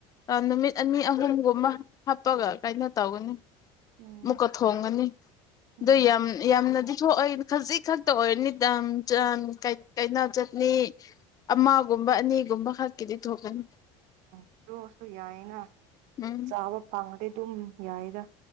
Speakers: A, on the left; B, on the right.
A: ꯅꯨꯃꯤꯠ ꯑꯅꯤ ꯑꯍꯨꯝꯒꯨꯝꯕ ꯍꯥꯞꯄꯒ ꯀꯥꯏꯩꯅꯣ ꯇꯧꯅꯤ
B: ꯎꯝ
A: ꯃꯨꯛꯀ ꯊꯣꯡꯉꯅꯤ ꯑꯗꯨ
B: ꯎꯝ
A: ꯌꯥꯝ ꯌꯥꯝꯅꯗꯤ ꯊꯣꯛ ꯑꯩ ꯈꯖꯤꯛ ꯈꯛꯇ ꯑꯣꯏꯔꯅꯤ ꯝ ꯆ ꯀꯩ ꯀꯩ ꯅ ꯆ ꯃꯤ ꯑꯃꯒꯨꯝꯕ ꯑꯅꯤꯒꯨꯝꯕ ꯈꯛꯀꯤꯗꯤ ꯊꯣꯛꯀꯅꯤ
B: ꯎꯝ ꯑꯗꯨꯣꯛꯁꯨ ꯌꯥꯏꯅ
A: ꯎꯝ
B: ꯆꯥꯕ ꯐꯪꯗꯤ ꯑꯗꯨꯝ ꯌꯥꯏꯗ